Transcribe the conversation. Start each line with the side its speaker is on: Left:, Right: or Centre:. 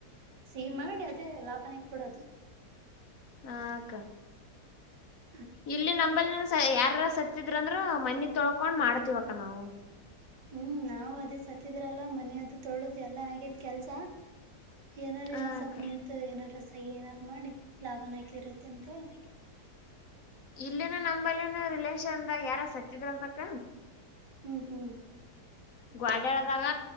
Right: ಸಿಹ ಮಾಡಿ ಅದೇ ಲಾಭನಕ್ ಬಿಿಡದು.
Left: ಹಕ್ಕ
Right: ಹ
Left: ಇಲ್ಲಿ ನಂಬಲ್ಲಿ ನ ಯಾರಾರ ಸತ್ತಿದ್ರ ಅಂದ್ರರು ಮನಿ ತೊಳ್ಕೊಂಡ್ ಮಾಡ್ತಿವಕ್ಕ ನಾವು
Right: ಹ್ಮ್ ನಾವವು ಅದೇ ಸತ್ತಿದ್ರಲ್ಲ ಮನ ಅದು ತೊಳದು್ ಎಲ್ಲ ಆಗೇತ್ ಕೆಲ್ಸ. ಏನಾರು
Left: ಹ
Right: ನ ಸಪ್
Left: ಅಕ್ಕ
Right: ನಿಂತು ಏನಾರ ರಸಾಯ ಏನಾರು. ಮಾಡಿ ಲಾಭನ ಹಾಕಿದ್ರಐತೆ ಅಂತ ಹೇಳಿ.
Left: ಇಲ್ಲಿನ ನಂಬಲ್ಲಿನ ರಿಲಷನ್ದ ಯಾರ ಸತ್ತಿದ್ರ ಅಂತಕ್ಕ.
Right: ಹ್ಮ್ ಹ್ಮ್.
Left: ಗಾಡ್ಯಾಳದಾಗ